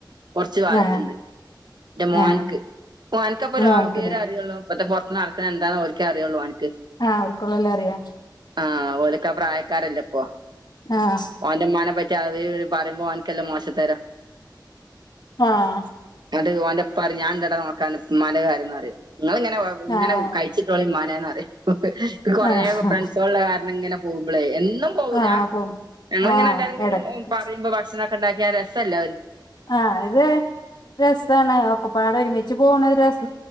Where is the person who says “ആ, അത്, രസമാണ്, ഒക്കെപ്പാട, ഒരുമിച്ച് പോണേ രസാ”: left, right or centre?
Left